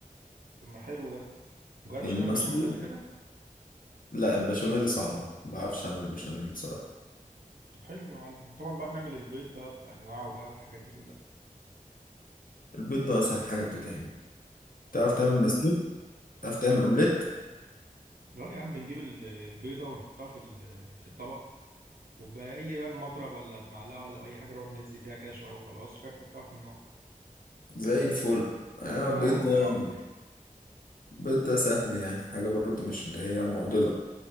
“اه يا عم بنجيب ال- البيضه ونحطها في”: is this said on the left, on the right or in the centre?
Right